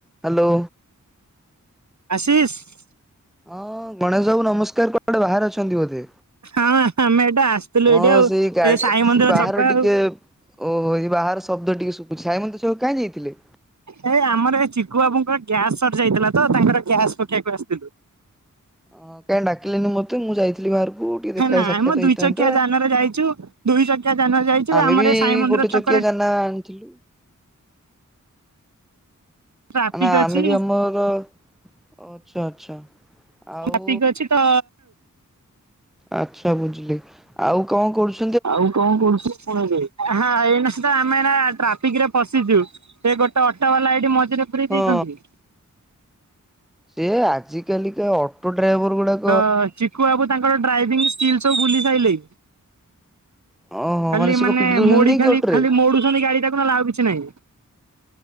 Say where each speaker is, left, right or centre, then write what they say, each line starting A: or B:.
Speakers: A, in the centre; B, on the right.
A: Hello.
B: Ashish?
A: ହଁ, ଗଣେଶ ବାବୁ ନମସ୍କାର କୁଆଡେ ବାହାରେ ଅଛନ୍ତି ବୋଧେ?
B: ହଁ ଆମେ ଏଇଟା ଆସିଥିଲୁ
A: ହଁ,
B: ଏଇଠି ଆଉ
A: ସେଇ ଗାଡି
B: ଏଇ ସାଇ ମନ୍ଦିର
A: ସେ ବାହାରେ
B: ଛକ
A: ଟିକେ
B: ଆଉ।
A: ଓହୋ, ଏଇ ବାହାର ଶବ୍ଦ ଟିକେ ଶୁବୁଛି ସାଇ ମନ୍ଦିର ସବୁ କାହିଁକି ଯାଇଥିଲେ?
B: ଏଇ ଆମର ଏ ଚିଖୁ ବାବୁଙ୍କ ଗ୍ୟାସ୍ ସରି ଯାଇଥିଲା ତ ତାଙ୍କର ଗ୍ୟାସ୍ ପକେଇବାକୁ ଆସିଥିଲୁ।
A: ଓହୋ, କାଇଁ ଡାକିଲନି ମତ୍ ତେ, ମୁଁ ଯାଇଥିଲି ବାହାରକୁ ଟିକେ ଦେଖା
B: ନାଇଁ
A: ସାକ୍ଷାତ
B: ମ
A: ହେଇଥାନ୍ତା।
B: ଦୁଇ ଚକିଆ ଯାନରେ ଯାଇଛୁ ଦୁଇ ଚକିଆ ଯାନରେ ଯାଇଛୁ
A: ଆମେ
B: ଆମର
A: ବି
B: ଏ ସାଇ ମନ୍ଦିର
A: ଗୋଟେ
B: ଛକରେ
A: ଚକିଆ ଯାନ ଆଣିଥିଲୁ।
B: ଟ୍ରାଫିକ
A: ଆମେ ଆମେ
B: ଅଛି
A: ବି ଆମର, ଆଛା ଆଚ୍ଛା। ଆଉ
B: ଟ୍ରାଫିକ୍ ଅଛିତ
A: ଆଚ୍ଛା ବୁଝିଲି, ଆଉ କଣ କରୁ
B: ଆଉ କଣ କରୁଚନ୍ତି ସମତେ? ହଁ ଏଇନା ସୁଦା ଆମେ ଏଇନା ଟ୍ରାଫିକ୍ ରେ ପଶିଚୁ। ସେ ଗୋଟେ ଅଟୋ ବାଲା ଏଠି ମଝ୍ ଭିତରେ ପୁରେଇ
A: ହଁ।
B: ଦେଇଥାନ୍ତି କି?
A: ସିଏ ଆଜି କାଲିକା ଅଟୋ ଡ୍ରାଇଭର ଗୁଡାକ୍
B: ତ ଚିକୁ ବାବୁ ତାଙ୍କର ଡ୍ରାଇଭିଂ ସ୍କିଲ୍ ସବୁ ବୁଲି ସାଇଲେଇ
A: ଓହୋ
B: ଖାଲି
A: ସିଏ
B: ମାନେ
A: କଣ ପିଟି ଦଉଛନ୍ତି
B: ମୋଡ଼ି
A: ନେଇକି
B: ଖାଲି
A: ଅଟୋରେ
B: ଖାଲି ମୋଡୁଛନ୍ତି ଗାଡି ତାକୁ ନହେଲେ ଆଉକିଛି କିଛି ନାଇଁ।